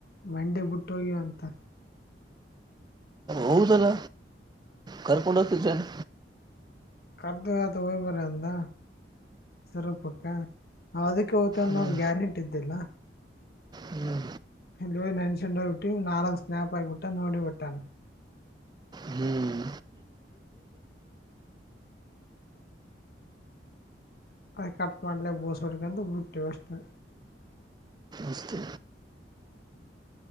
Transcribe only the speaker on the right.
ಹೌದಲ್ಲ ಕರ್ಕೊಂಡ ಹೊತ್ತಿದ ಜನ್.
ಹ್ಮ್
ಹ್ಮ್
ಹ್ಮ್
ಅಷ್ಟೇ